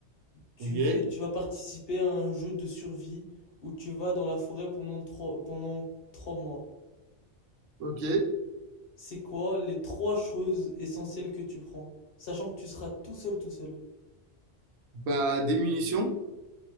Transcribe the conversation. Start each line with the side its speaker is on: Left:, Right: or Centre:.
Left: tu
Right: Ok,
Left: fais, tu vas participer à un jeu de survie où tu vas dans la forêt pendant trois, pendant trois mois.
Right: ok.
Left: C'est quoi les trois choses essentielles que tu prends? Sachant que tu seras tout seul, tout seul.
Right: Bah, des munitions.